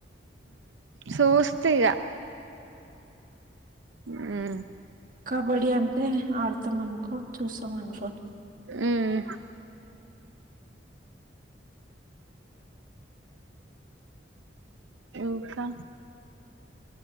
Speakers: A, on the right; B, on the right.
A: సో <unintelligible> ఇగ ఉమ్
B: కబడ్డీ అంటే ఆడతాం అనుకో చూసాం అనుకో
A: ఉమ్ ఇకా